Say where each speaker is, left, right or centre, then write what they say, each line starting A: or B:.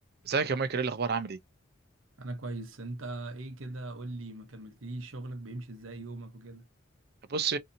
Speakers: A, on the right; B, on the right.
A: ازيك يا مايكل ايه الاخبار عامل ايه
B: انا كويس انت ايه كده قول لي ما كملتليش شغلك بيمشي ازاي يومك وكده
A: بص